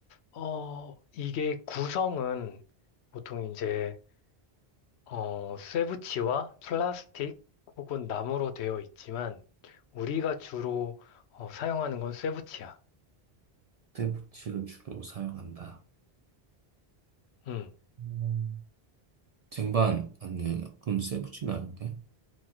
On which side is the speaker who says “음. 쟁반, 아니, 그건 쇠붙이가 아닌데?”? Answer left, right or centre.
Right